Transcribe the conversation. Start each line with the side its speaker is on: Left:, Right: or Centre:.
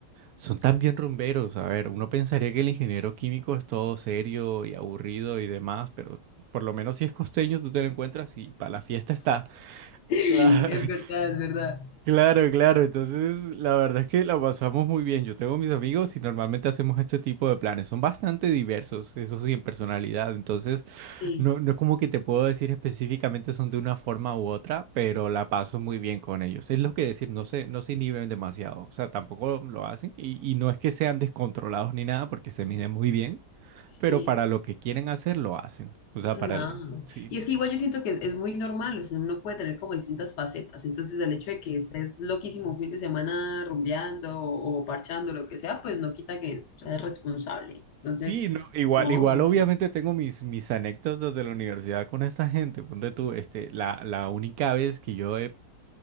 Right: son también rumberos. A ver, uno pensaría que el ingeniero químico es todo serio y aburrido y demás, pero por lo menos si es costeño, tú te lo encuentras y para la fiesta está.
Left: <laughs> es
Right: Ah, <laughs>
Left: verdad, es verdad.
Right: Claro, claro. Entonces, la verdad es que la pasamos muy bien. Yo tengo mis amigos y normalmente hacemos este tipo de planes. Son bastante diversos, eso sí, en personalidad. Entonces,
Left: Sí,
Right: no, no es como que te puedo decir específicamente son de una forma u otra, pero la paso muy bien con ellos. Es lo que decir, no se, no se inhiben demasiado. O sea, tampoco lo hacen. Y, y no es que sean descontrolados ni nada, porque se miden muy bien,
Left: sí,
Right: pero para lo que quieren hacer, lo hacen. O sea,
Left: no.
Right: para la... Sí.
Left: Y es que igual yo siento que es, es muy normal, o sea, uno puede tener como distintas facetas. Entonces, el hecho de que estés loquísimo un fin de semana rumbeando o, o parchando, lo que sea, pues no quita que seas responsable. Entonces,
Right: Sí, no, igual,
Left: no,
Right: igual
Left: bien,
Right: obviamente tengo mis, mis anécdotas de la universidad con esta gente. Ponte tú, este, la, la única vez que yo he